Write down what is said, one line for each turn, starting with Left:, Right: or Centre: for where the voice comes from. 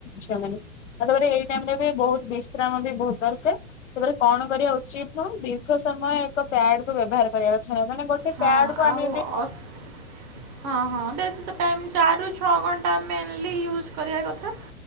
Left: ଝିଅମାନେ। ତାପରେ ଏଇ ଟାଇମରେ ବି ବହୁତ ବିଶ୍ରାମ ବି ବହୁତ ଦରକାର। ତାପରେ କଣ କରିବା ଉଚିତ ନୁହଁ? ଦୀର୍ଘ ସମୟ ଏକ ପ୍ୟାଡ କୁ ବ୍ୟବହାର କରିବା କ ଥା ମାନେ ଗୋଟେ
Right: ହଁ
Left: ପ୍ୟାଡକୁ
Right: ଆଉ
Left: ଆମେ ଯଦି
Right: ଅସ୍ ହଁ ହଁ ବେଶୀ ସେ ଟାଇମ ଚାରି ରୁ ଛଅ ଘଣ୍ଟା ମେନ୍‌ଲି ୟୁଜ କରିବା କଥା